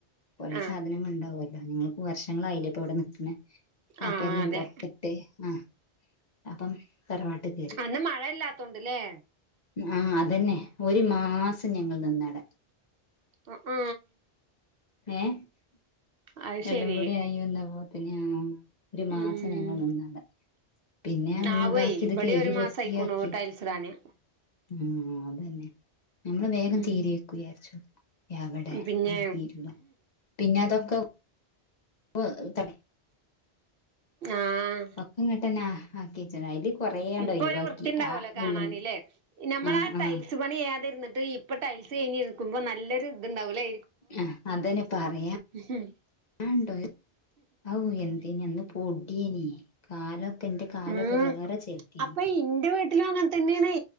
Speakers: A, on the left; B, on the right.
A: കൊറെേ
B: ആ
A: സാധനങ്ങൾണ്ടാവും നിങ്ങക്ക് വർഷങ്ങളായില്ലേ ഇപ്പ ഇവിടെ നിക്കുന്ന
B: ആ
A: അപ്പ എല്ലാം
B: അതെ
A: പുറത്തി ട്ടേ ആ അപ്പം തറവാട്ടക്ക്
B: അന്ന് മഴയില്ലാത്തോണ്ട്ല്ലേ
A: ആഹ അതന്നെ ഒരു മാസം ഞങ്ങൾ നിന്നട
B: അഹ് ആഹ
A: ഏഹ
B: അത് ശരി
A: എല്ലം കൂടി ആയി വന്ന പോലെ തന്നെയ ഒരു മാസം
B: ഉം
A: ഞങ്ങൾ നിന്നാണ് പിന്നെ ഒന്ന്
B: ആവേ
A: ഇതാക്കി
B: ഇവിടെ
A: ഇത് കഴകി
B: ഒരു
A: വൃത്തിയാക്കി
B: മാസം ആയിക്കുണു ടൈൽസ് ഇടാന്
A: ഉം അതന്നെ ഞമ്മള് വേഗം
B: ഉം
A: തീരുവായിരിക്കും വിചാരിച്ചു. എവടെ
B: പിന്നെ
A: അത് തീരൂലാ പിന്നെ അതൊക്കെ <unintelligible>
B: ആഹ്
A: ഒക്ക ഇങ്ങട്ടന്നെ ആക്കി വെച്ചിണ് അയില് കൊറേയാണ്ട്
B: ഇപ്പൊ
A: ഒഴിവാക്കി
B: ഒരു വൃത്തിയിണ്ടാവല്ലോ
A: ആ
B: കാണാന്
A: ഉള്ള്
B: ല്ലേ നമ്മളാ
A: ആഹ്
B: ആ ടൈൽസ്
A: ആഹ്
B: പണി ചെയ്യാതിരുന്നട്ട് ഇപ്പ ടൈൽസ് കഴിഞ്ഞിരിക്കുമ്പോ നല്ലൊരു ഇതുണ്ടാവൂലേ
A: ആഹ് അതന്നെ പറയാ
B: ഹം
A: <unintelligible> ആവൂ എന്തേനി അന്ന് പൊടിയും കാലൊക്കെ ഇൻ്റെ കാലൊക്കെ
B: ഉം
A: വേറെ ചെ <unintelligible>
B: അപ്പൊ ഇന്റെ വീട്ടിലും അങ്ങൻ തെന്നെയാണേ